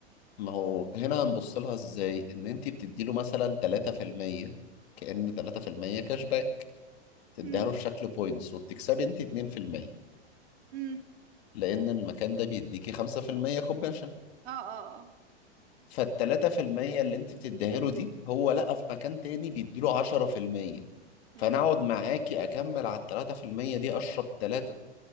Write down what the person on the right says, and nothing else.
امم
امم
اه اه اه
امم